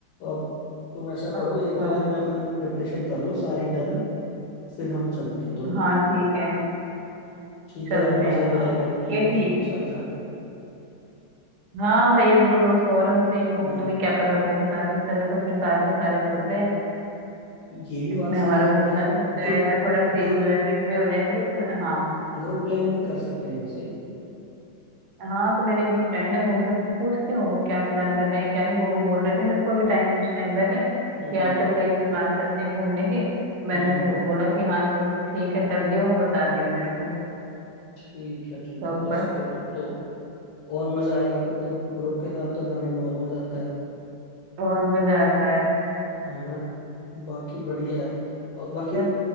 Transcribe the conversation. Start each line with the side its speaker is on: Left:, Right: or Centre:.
Left: अब तुम ऐसा करो
Right: अच्छा
Left: एक दो दिन में अपनी प्रिपरेशन कर लो सारी डन फिर हम चलते हैं दोनों
Right: हाँ
Left: जन
Right: ठीक है
Left: ठीक
Right: चलते
Left: है यार मजा
Right: हैं
Left: भी
Right: हाँ
Left: आएगा अपने
Right: ये ठीक
Left: दोस्तों के
Right: है
Left: साथ जाके
Right: हाँ मैं एक दो दोस्त और हैं उनसे ही पूछ
Left: हम्म
Right: लूंगी क्या पता वो भी साथ में चले तो फिर साथ में सारे चलते हैं
Left: ये भी
Right: इसमें
Left: बात सही
Right: हमारा
Left: है
Right: घूमना
Left: यार
Right: भी हो जाएगा
Left: ग्रुप
Right: थोड़ा सा
Left: ग्रुप
Right: इंजॉयमेंट भी हो जाएगा ग्रुप में हाँ
Left: ग्रुप प्लान भी कर सकते हैं वैसे
Right: हाँ तो मेरे एक दो फ्रेंड है मैं उनसे पूछती हूँ वो क्या प्लान कर रहे हैं क्या नहीं वो भी बोल रहे थे मेरे को अभी टाइम कुछ टाइम पहले कि
Left: हम्म
Right: यार चल कहीं प्लान करते हैं घूमने की तो मैंने
Left: हम्म
Right: जो
Left: हम्म,
Right: बोला कि हाँ चलो ठीक है कर लियो वो बता दियो मेरे को
Left: ठीक है ठीक
Right: तो
Left: है बस
Right: बस
Left: फिर अब तो और मजा आएगा फिर तो ग्रुप के साथ तो जाने में और मजा आता है
Right: और मजा आता
Left: है ना बाकी बढ़िया है और बाकी
Right: है